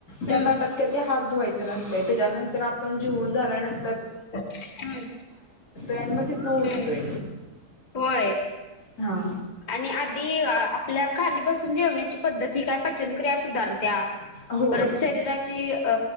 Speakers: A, on the left; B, on the left.
A: हम्म
B: त्या ताटात कधी हात धुवायच नसतंय तेज्या नंतर आपण जिऊन झाल्यानं
A: महम्म
B: आणि मग तिथनं उठतोय.
A: हम्म होय,
B: हा
A: आणि आधी आपल्या खाली बसून जेवण्याची पद्धती ही काय पचनक्रिया सुधारत्या
B: होय
A: परत शरीराची अ